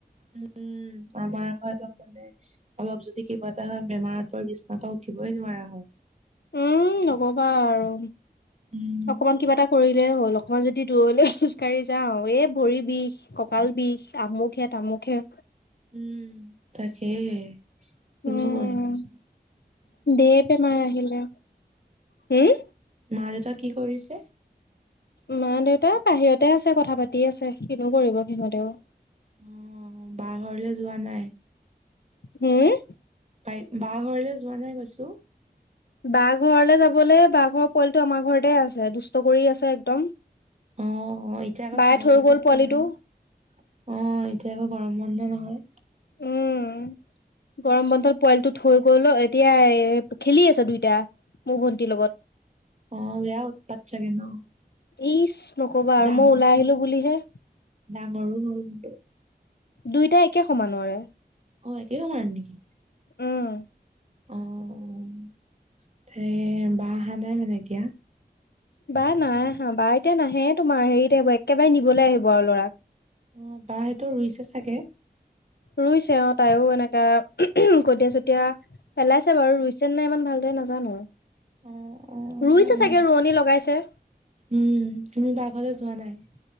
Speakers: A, on the right; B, on the left.
A: উম, উম। আমাৰ আকৌ একদম মানে অলপ যদি কিবা এটা হয়, বেমাৰতে বিচনাপা উঠিবই নোৱাৰা হওঁ
B: উম নকবা আৰু,
A: উম।
B: অকমান কিবা এটা কৰিলেই হ'ল মই যদি দূৰলৈ খোজ কাঢ়ি যাওঁ, এই ভৰি বিষ, কঁকাল বিষ, আমুক হে, তামুক হে
A: উম, তাকেই, কিনো
B: উম
A: কৰিবি
B: <unintelligible> আহিলে, হুম
A: মা দেউতাই কি কৰি আ? ছে
B: মা দেউতা বাহিৰতে আছে, কথা পাতি আছে। কিনো কৰিব সিহঁতেও
A: অ', বা ঘৰলে যোৱা নাই?
B: উম
A: বাই, বা ঘৰলৈ যোৱা নাই কৈছোঁ।
B: বাৰ ঘৰলৈ যাবলৈ বা ঘৰৰ পোৱালিটো আমাৰ ঘৰতে আছে, দুষ্ট কৰি আছে একদম।
A: অ', অ, এতিয়া আকৌ
B: বায়ে
A: চামাৰ
B: থৈ
A: ভেকেচন‌
B: গ'ল পোৱালিটো
A: <unintelligible> অ', এতিয়া আকৌ গৰম বন্ধ নহয়!
B: উম গৰম বন্ধত পোৱালিটো থৈ গ'ল, এতিয়া খেলি আছে দুইটা। মোৰ ভণ্টিৰ লগত।
A: অ', বেয়া উৎপাত চাগে ন?
B: ইচ নক'বা আৰু,
A: ডাঙৰো
B: মই ওলাই
A: হ'ল
B: আহিলোঁ বুলিহে
A: ডাঙৰো হ'ল কিন্তু।
B: দুইটাই একে সমানৰে।
A: অ, একে সমান নেকি?
B: উম
A: অ', তে বা অহা নাই মানে এতিয়া?
B: বা নাই আহা, বা এতিয়া নাহে তোমাৰ, হেৰিত আহিব, একেবাৰে নিবলৈ আহিব আৰু ল'ৰাক।
A: অ, বা সেইটো ৰুইছে চাগে।
B: ৰুইছে অ, তাইও এনেকা কঠিয়া-চঠিয়া পেলাইছে বাৰু! ৰুইছে নে নাই, ইমান ভালদৰে নাজানো।
A: অ অ
B: ৰুইছে
A: তাকে
B: চাগে, ৰোৱনী লগাইছে।
A: উম। তুমি বা ঘৰলৈ যোৱা নাই?